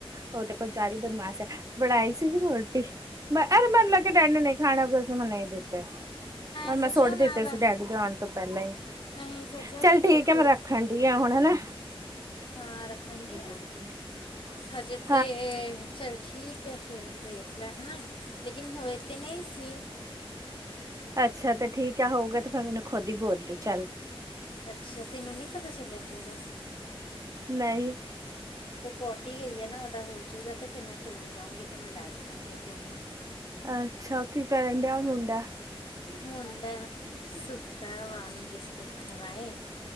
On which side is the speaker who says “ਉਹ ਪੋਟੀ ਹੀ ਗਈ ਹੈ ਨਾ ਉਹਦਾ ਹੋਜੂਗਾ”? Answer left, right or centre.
Left